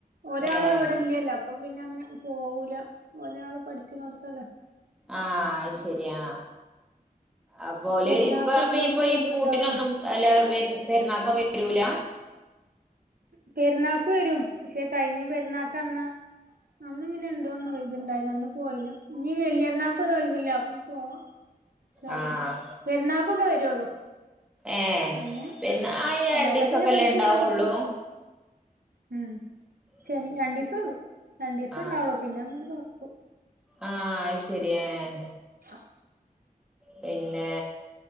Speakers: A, on the right; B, in the centre.
A: ഒരാള്
B: ഏഹ്
A: ഇവിടെല്ലല്ലോ അപ്പം പിന്നെ അങ്ങനെ പോവൂല ഒരാള് പഠിച്ണോട്ത്തല്ലേ
B: ആഹ് അഹ് ശെരിയാ അപ്പോല്
A: പെരുന്നാൾക്കൊക്കെ
B: ഇപ്പ അപ്പൊ
A: ഓൽക്ക്
B: ഇപ്പൊ
A: ഒഴിവുണ്ടാവുള്ളു
B: ഈ പൂട്ടിനൊന്നും എല്ലാ പെരുന്നാക്കോ വരൂല
A: പെരുന്നാൾക്ക് വരും പക്ഷെ കഴിഞ്ഞ പെരുന്നാൾക്കഅന്ന് അന്ന് പിന്നെ എന്തോന്നോ ഇത്ണ്ടായിനി അന്ന്പോയില്ല ഇഞ്ഞി വല്യര്ന്നാ ഇപ്പരു ഒഴിവില്ല അപ്പ പോ ഇൻഷാഅള്ളാ
B: ആഹ്
A: പെരുന്നാൾക്കൊക്കെ വരുള്ളൂ
B: ഏഹ്
A: പിന്നെ
B: അയിന്
A: അല്ലാത്തപ്പോന്നെ
B: രണ്ടീസൊക്കെല്ലേ
A: ഇബൽക്ക്
B: ഇണ്ടാവുള്ളൂ
A: മദ്രസ് ഉം ശനി
B: ഉം
A: രണ്ടീസൊള്ളൂ രണ്ടീസംണ്ടാവളൂ
B: ആഹ്
A: പിന്നെ നമ്മള് തൊർക്കും
B: ആഹ് അഹ്ശരി ഏഹ്
A: അ
B: പിന്നെ